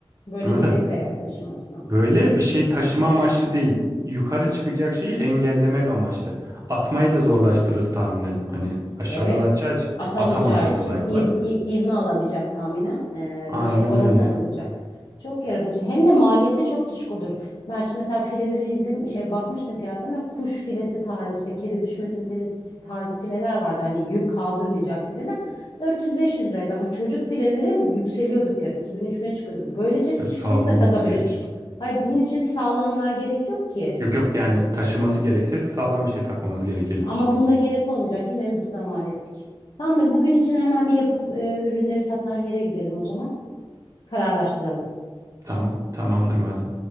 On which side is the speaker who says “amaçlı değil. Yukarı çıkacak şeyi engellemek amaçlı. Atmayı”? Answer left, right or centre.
Right